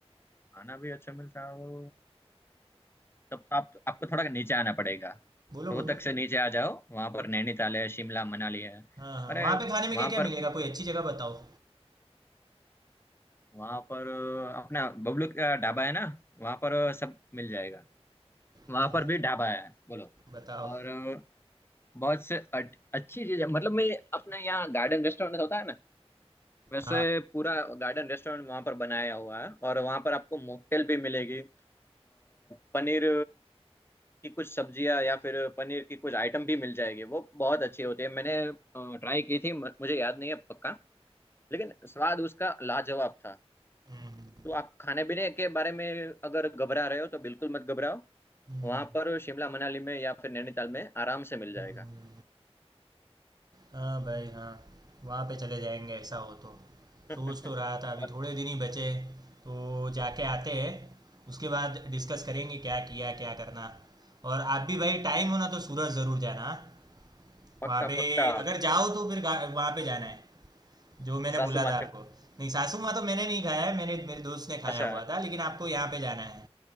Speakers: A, on the left; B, on the right.
A: खाना भी अच्छा मिलता है वो तब तो आप आपको थोड़ा नीचे आना पड़ेगा
B: बोलो
A: रोहतक
B: बोलो
A: से नीचे आ जाओ वहां पर नैनीताल है शिमला मनाली है
B: हाँ हाँ
A: अरे
B: वहाँ
A: वहां
B: पे खाने में क्या क्या
A: पर
B: मिलेगा कोई अच्छी जगह बताओ
A: वहां पर अ, अपना बबलू का ढाबा है ना वहां पर अ, सब मिल जाएगा वहां
B: अ,
A: पर भी ढाबा है बोलो
B: बताओ
A: और अ, बहुत से अट- अच्छी चीज है मतलब मैं अपना यहाँ गार्डन रेस्टोरेंट होता है ना वैसे
B: हाँ,
A: पूरा गार्डन रेस्टोरेंट वहां पर बनाया हुआ है और वहां पर आपको मॉकटेल भी मिलेगी अ, पनीर की कुछ सब्जियां या फिर पनीर की कुछ आइटम भी मिल जाएगी वो बहुत अच्छी होती है मैंने ट्राई की थी म- मुझे याद नहीं है पक्का लेकिन स्वाद उसका लाजवाब था
B: हम्म,
A: तो आप खाने पीने के बारे में अगर घबरा रहे हो तो बिल्कुल मत घबराओ
B: हम्म,
A: वहां पर शिमला मनाली में या फिर नैनीताल में आराम से मिल जाएगा
B: हम्म। हाँ भाई हाँ वहाँ पे चले जाएंगे ऐसा हो तो
A: <laughs>
B: सोच तो रहा था अभी
A: और
B: थोड़े दिन ही बचे तो जाके आते हैं उसके बाद डिस्कस करेंगे क्या किया क्या करना और आप भी भाई टाइम हो ना तो सूरत ज़रूर जाना हाँ?
A: पक्का
B: वहाँ पे
A: पक्का
B: अगर जाओ तो फिर गा- वहाँ पे जाना है जो मैंने
A: सासू
B: बोला
A: माँ
B: था आपको
A: का-
B: नहीं सासू माँ तो मैंने नहीं खाया है मैंने मेरे दोस्त ने खाया
A: अच्छा
B: हुआ था लेकिन आपको यहाँ पे जाना है